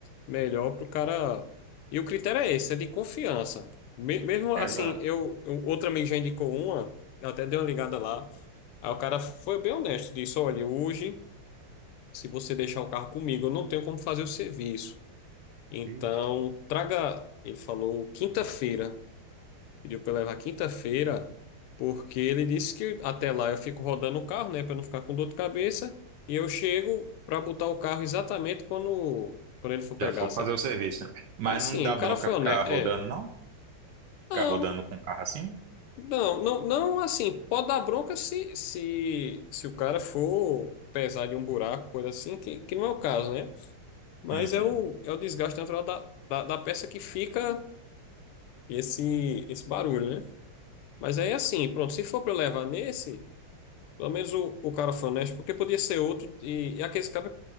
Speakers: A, on the left; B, on the right.
A: melhor para o cara. E o critério é esse, é de confiança. Me- Mesmo assim,
B: Exato.
A: eu, eu- outro amigo já indicou uma, eu até dei uma ligada lá. Aí o cara foi bem honesto, disse: olha, hoje, se você deixar o carro comigo, eu não tenho como fazer o serviço. Então,
B: Ixi,
A: traga, ele falou, quinta-feira. Pediu pra eu levar quinta-feira, porque ele disse que até lá eu fico rodando o carro, né, Pra não ficar com dor de cabeça, e eu chego pra botar o carro exatamente quando quando ele for pegar,
B: já for
A: sabe?
B: fazer o serviço, né? Mas
A: É Assim,
B: não dá
A: o
B: bronca
A: cara foi
B: ficar
A: honesto,
B: rodando,
A: é.
B: não? Ficar
A: Não,
B: rodando com o carro assim?
A: não, não, não assim, pode dar bronca se se se o cara for pesar de um buraco, coisa assim, que, que não é o caso, né? Mas
B: Uhum.
A: é o é o desgaste natural da, da, da peça que fica esse esse barulho, né? Mas aí assim, pronto, se for pra eu levar nesse Pelo menos o, o cara honesto, porque podia ser outro, e, e aqueles caras